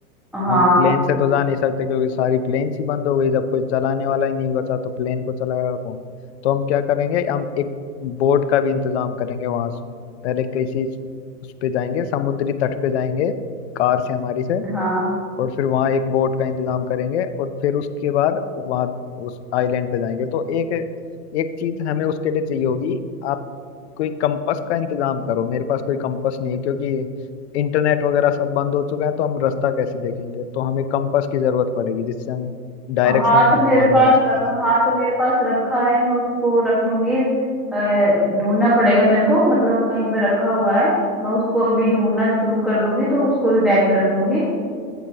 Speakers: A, in the centre; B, on the left.
A: हाँ
B: हम प्लेन से तो जा नहीं सकते क्योंकि सारी प्लेन्स ही बंद हो गई जब कोई चलाने वाला ही नहीं बचा तो प्लेन को चलाएगा कौन तो हम क्या करेंगे हम एक बोट का भी इंतजाम करेंगे वहां से पहले किसी उस पे जाएंगे समुद्री तट पे जाएंगे कार से हमारी से
A: हाँ
B: और फिर वहाँ एक बोट का इंतजाम करेंगे और फिर उसके बाद वहाँ उस आइलैंड पे जाएंगे तो एक एक चीज हमें उसके लिए चाहिए होगी आप कोई कंपास का इंतजाम करो मेरे पास कोई कंपास नहीं है क्योंकि इंटरनेट वगैरह सब बंद हो चुका है तो हम रास्ता कैसे देखेंगे तो हमें कंपास की जरूरत पड़ेगी जिससे हम डायरेक्शन
A: हाँ
B: का
A: तो
B: अनुमान
A: मेरे पास
B: लगा सकें
A: रख हाँ तो मेरे पास रखा है मैं उसको रख लूंगी अ, ढूंढना पड़ेगा मेरे को मतलब कहीं पे रखा हुआ है मैं उसको अभी ढूंढना शुरू कर दूंगी तो उसको भी बैग में रख लूंगी